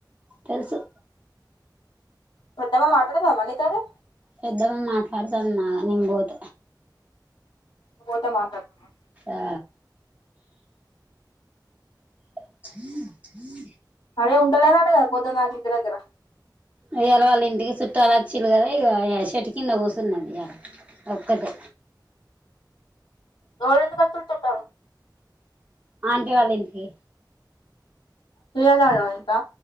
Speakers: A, on the right; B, on the left.
A: తెలుసు
B: పెద్దమ్మ మాట్లాడతదా మరి నీతోని
A: పెద్దమ్మ మాట్లాడుతాంది మా నేను పోత
B: నువ్వుపోతవ పెద్దమ్మ
A: ఆ హ
B: అదే ఉండలేదంట గా పొద్దున ఇంటి దగ్గర
A: వేళ వాళ్ళ ఇంటికి చుట్టాలు వచ్చిరు కదా. ఇ చెట్టు కింద కూర్చున్నది ఇలా ఒక్కటి.
B: గోవిందు వచింతాడ
A: ఆంటి వాళ్ళ ఇంటికి
B: తూయదడ పోయిర్రా